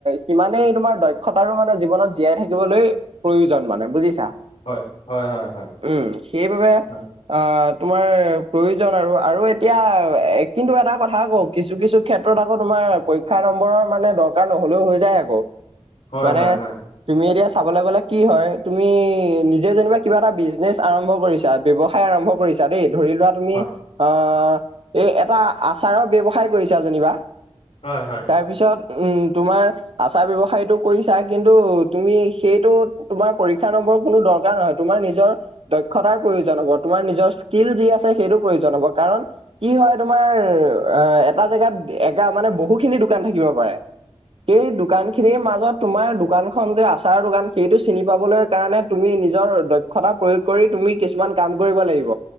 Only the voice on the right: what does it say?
সিমানেই তোমাৰ দক্ষতাৰো মানে জীৱনত জীয়াই থাকিবলৈ। প্ৰয়োজন মানে বুজিচা
উ সেইবাবে
আ তোমাৰ প্ৰয়োজন আৰু আৰু এতিয়া কিন্তু এটা কথা আ কৌ কিছু কিছু ক্ষেত্ৰত আকৌ তোমাৰ পৰীক্ষা নম্বৰৰ মানে দৰকাৰ নহ'লেও হৈ যায় আকৌ
মানে
তুমি এতিয়া চাবলৈ গ'লে কি হয় তুমি নিজে যেনিবা কিবা এটা বিজনেচ আৰম্ভ কৰিছা ব্যৱসায় আৰম্ভ কৰিছা ছা দেই ধৰি লোৱা তুমি
অ এই এটা আচাৰৰ ব্যৱসায় কৰিছা যেনিবা
তাৰপিছত। উম তোমাৰ আচাৰ ব্যয়ৱসায়টো কৰিছা কিন্তু তুমি সেইটো তোমাৰ পৰীক্ষা ন কোনো দৰকাৰ নহয় তোমাৰ নিজৰ দক্ষতাৰ প্ৰয়োজন হ'ব তোমাৰ নিজৰ ষ্টিল যি আছে সেইটো প্ৰয়োজন হব কাৰণ কি হয় তোমাৰ এটা জেগাত মানে বহুখিনি দোকান থাকিব পাৰে সেই দোকান খিনিৰ মাজত তোমাৰ দোকানখন যে আচাৰৰ দোকান সেইটো চিনি পাবলৈ কাৰণে তুমি নিজৰ দক্ষতা প্ৰয়োগ কৰি তুমি কিছুমান কাম কৰিব লাগিব।